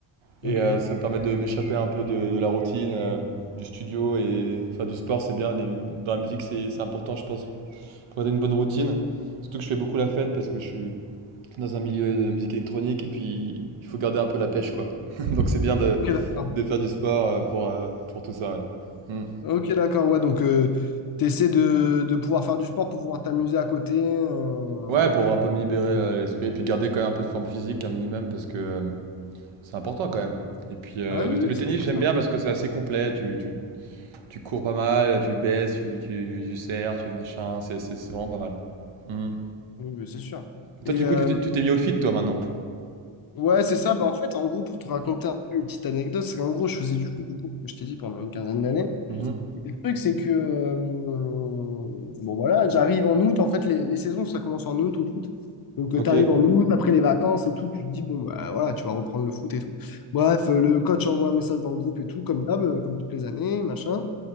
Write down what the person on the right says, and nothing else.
Et
euh, ça me permet de m'échapper un peu de, de la routine, euh, du studio et faire du sport, c'est bien. Les- dans la musique, c'est c'est important, je pense, pour garder une bonne routine. Surtout que je fais beaucoup la fête parce que je suis dans un milieu de musique électronique et puis il faut garder un peu la pêche, quoi. <laughs> Donc c'est bien de,
de faire du sport euh, pour, euh, pour tout ça, ouais. Mm.
Ouais, pour un peu me libérer euh, l'esprit et puis garder quand même un peu de forme physique, un minimum, parce que euh, C'est important quand même. Et puis euh,
le, t- le
tennis,
j'aime
bien parce que c'est assez complet. Tu, tu, tu cours pas mal, tu te baisses, tu, tu, tu serres, tu es machin. C'est c'est- c'est vraiment pas mal. Mhm.
Toi,
du
coup, tu t'es tu t'es mis au fit toi, maintenant.
Mhm.
Ok.